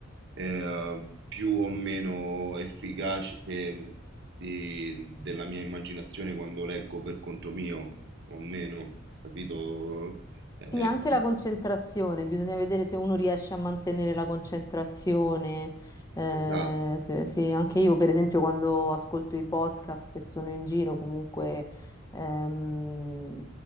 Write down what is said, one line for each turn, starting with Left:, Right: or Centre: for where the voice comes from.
Right: eh, più o meno efficace mhmm, di- della mia immaginazione quando leggo per conto mio, o meno, capito? Eh,
Left: Sì, anche la concentrazione, bisogna vedere se uno riesce a mantenere la concentrazione. eh,
Right: esatto,
Left: se- se- anche io, per esempio, quando ascolto i podcast e sono in giro, comunque, ehm,